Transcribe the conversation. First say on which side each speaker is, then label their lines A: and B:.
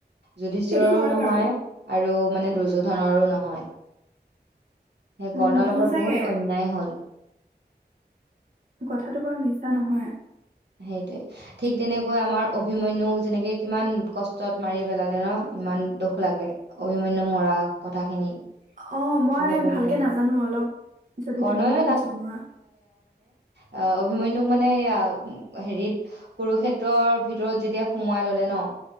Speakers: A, on the right; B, on the right.
A: যুধিষ্ঠিৰৰো
B: সেইটো হয়
A: নহয়
B: বাৰু,
A: আৰু মানে দুৰ্যোধনৰো নহয়। সেই
B: উম,
A: কৰ্ণৰ লগত
B: সঁচাকে
A: বহুত অন্যায় হ'ল।
B: কথাটো বাৰু মিছা নহয়।
A: সেইটোৱে ঠিক তেনেকৈ আমাৰ অভিমন্যুক যেনেকে কিমান কষ্টত মাৰি পেলালে ন' ইমান দুখ লাগে অভিমন্যুক মৰা কথাখিনি।
B: অ', মই
A: বহুত দুখ
B: ভালকে
A: লাগে
B: নাজানো অলপ যদি
A: কৰ্ণই
B: তুমি মোক জনোৱা।
A: অ', অভিমন্যু মানে হেৰিত কুৰুক্ষেত্ৰৰ ভিতৰত যেতিয়া সোমোৱাই ল'লে ন'